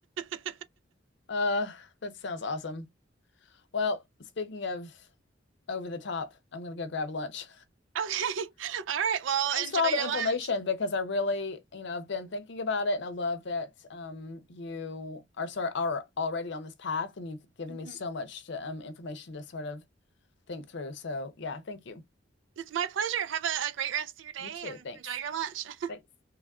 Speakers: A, on the right; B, on the left.
A: <laughs>
B: Uh, that sounds awesome. Well, speaking of over the top, I'm gonna go grab lunch.
A: Okay. <laughs> All right. Well,
B: <laughs> Thanks
A: enjoy
B: for all the
A: your
B: information
A: lunch.
B: because I really, you know, I've been thinking about it and I love that um you are sort are already on this path and you've given
A: Mhm.
B: me so much to, um information to sort of think through. So yeah, thank you.
A: It's my pleasure. Have a, a great rest of your day
B: You too.
A: and
B: Thanks.
A: enjoy your lunch. <laughs>
B: Thanks.